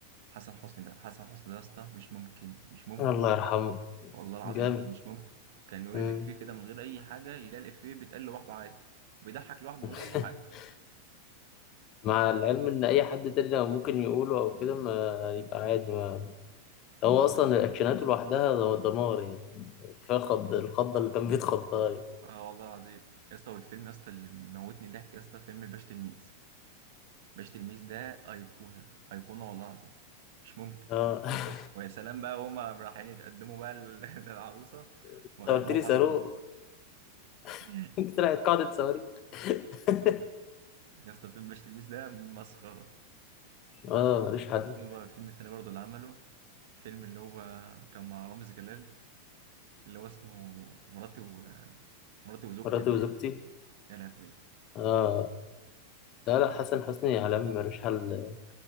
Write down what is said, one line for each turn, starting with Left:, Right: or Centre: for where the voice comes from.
Right: حسن حسني ده حسن حسني ده يا اسطى مش ممكن مش ممكن
Left: الله يرحمه
Right: والله العظيم
Left: جامد
Right: يا اسطى مش ممكن كان يقول
Left: مم.
Right: الافيه كده من غير اي حاجه يلاقي الافيه بيتقال لوحده عادي بيضحك لوحده من
Left: <laughs>
Right: غير اي حاجه
Left: مع العلم ان اي حد تاني لو ممكن يقوله او كده ما يبقى عادي ما هو اصلا الاكشنات لوحدها ده- دمار يعني كفايه خض الخضه اللي كان بيتخضها دي.
Right: اه والله العظيم يا اسطى والفيلم يا اسطى اللي موتني ضحك يا اسطى فيلم الباشا تلميذ الباشا تلميذ ده ايقونه ايقونه والله العظيم مش ممكن
Left: اه <laughs>
Right: ويا سلام بقى هما رايحين يتقدموا بقى لل- <laughs> للعروسه
Left: انت
Right: واخدين
Left: قلت
Right: معاهم
Left: لي
Right: حسن
Left: صاروخ
Right: حسني
Left: <laughs>
Right: <laughs>
Left: انت طلعت قاعده صواريخ <laughs>
Right: يا اسطى فيلم باشا تلميذ ده مسخره
Left: اه ماليش حد
Right: في بقى الفيلم التاني برضه اللي عمله فيلم اللي هو كان مع رامز جلال اللي هو اسمه مراتي و مراتي وزوجتي
Left: مراتي
Right: بقى
Left: وزوجتي
Right: يا لهوي
Left: اه لا لا حسن حسني عالمي ملوش حل